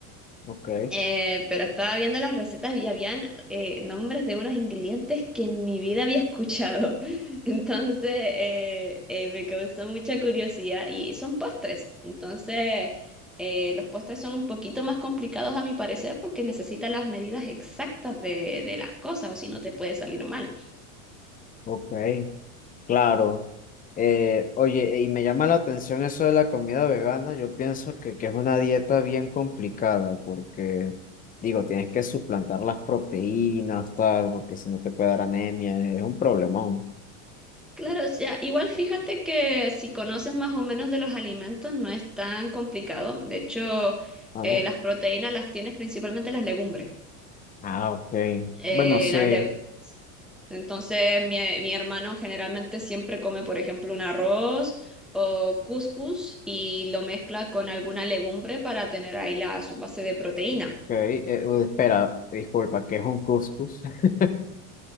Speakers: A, on the left; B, in the centre.
A: ok,
B: Eh, pero estaba viendo las recetas y habían eh, nombres de unos ingredientes que en mi vida había escuchado. <laughs> Entonces eh, eh, me causó mucha curiosidad y son postres. Entonces eh, los postres son un poquito más complicados a mi parecer porque necesitan las medidas exactas de, de las cosas o si no te puede salir mal.
A: ok, claro. Eh, oye, y me llama la atención eso de la comida vegana. Yo pienso que, que es una dieta bien complicada, porque, digo, tienes que suplantar las proteínas, tal, porque si no te puede dar anemia, es un problemón.
B: Claro, o sea, igual fíjate que si conoces más o menos de los alimentos no es tan complicado. De hecho,
A: Ah,
B: eh,
A: no.
B: las proteínas las tienes principalmente en las legumbres.
A: Ah, ok.
B: eh,
A: Bueno, sí.
B: las le- Entonces, mi, mi hermano generalmente siempre come, por ejemplo, un arroz o couscous y lo mezcla con alguna legumbre para tener ahí la, su base de proteína.
A: Ok, eh, uh, espera, disculpa, que es un couscous? <laughs>